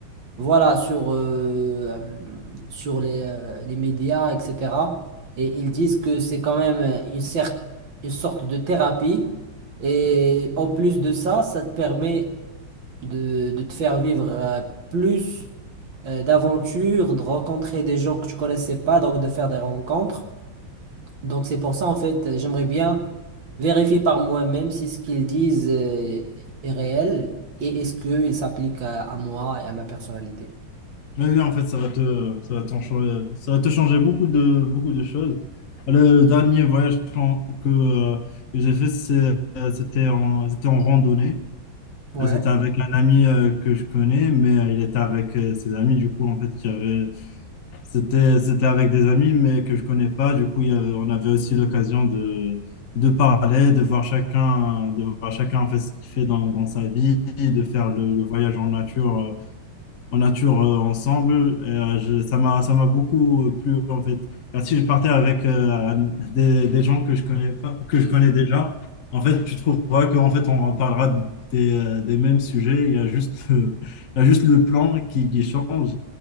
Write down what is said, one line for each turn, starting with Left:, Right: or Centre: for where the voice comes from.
Right: voilà, sur, euh, euh, sur les, euh, les médias, etc. Et ils disent que c'est quand même une, cer- une sorte de thérapie. Et en plus de ça, ça te permet de, de te faire vivre euh, plus euh, d'aventures, de rencontrer des gens que tu connaissais pas, donc de faire des rencontres. Donc c'est pour ça, en fait, j'aimerais bien vérifier par moi-même si ce qu'ils disent euh, est réel et est-ce qu'il s'applique à à moi et à ma personnalité.
Left: Mais oui, en fait, ça va te, ça va t'en changer, ça va te changer beaucoup de, beaucoup de choses. Le, le dernier voyage qu'en- que, euh, que j'ai fait, c'est, euh, c'était en, c'était en randonnée.
Right: Ouais.
Left: Là, C'était avec un ami euh, que je connais, mais euh, il était avec euh, ses amis. Du coup, en fait, il y avait, c'était, c'était avec des amis, mais que je connais pas. Du coup, il y avait- on avait aussi l'occasion de, de parler, de voir chacun, de voir chacun en fait, ce qu'il fait dans, dans sa vie, de faire le, le voyage en nature euh, en nature euh, ensemble. Et, euh, je- ça m'a, ça m'a beaucoup euh, plu en fait. Car si je partais avec euh, des, des gens que je connais pas, que je
Right: Mm,
Left: connais déjà, en fait, tu trouveras qu'en fait, on reparlera des, euh, des mêmes sujets. Il y a juste, <laughs> euh, il y a juste le plan qui, qui change